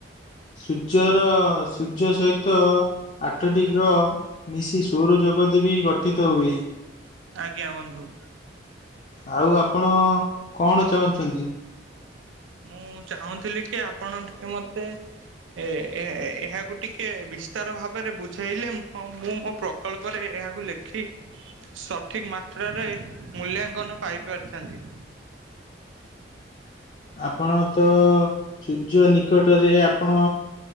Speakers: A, on the left (about 40°); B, on the right (about 90°).
A: ସୂର୍ଯ୍ୟର ସୂର୍ଯ୍ୟ ସହିତ, ଆଠଟି ଗ୍ରହ ମିଶି ସୌର ଜଗତ ବି ଗଠିତ ହୁଏ,
B: ଆଜ୍ଞା ବନ୍ଧୁ,
A: ଆଉ ଆପଣ କଣ ଚାହୁଁଛନ୍ତି?
B: ମୁଁ ଚାହୁଁଥିଲି କି ଆପଣ ଟିକେ ମତେ, ଏ ଏ ଏ ଏହାକୁ ଟିକେ ବିସ୍ତାର ଭାବରେ ବୁଝାଇଲେ ମୁ ହଁ କମ୍ ମୁଁ ମୋ ପ୍ର କଳ୍ପରେ ଏହାକୁ ଲେଖି, ସଠିକ୍ ମାତ୍ରାରେ ମୂଲ୍ୟାଙ୍କନ ପାଇଁ ପାରିଥାନ୍ତି,
A: ଆପଣ ତୋ, ସୂର୍ଯ୍ୟ ନିକଟରେ ଆପଣ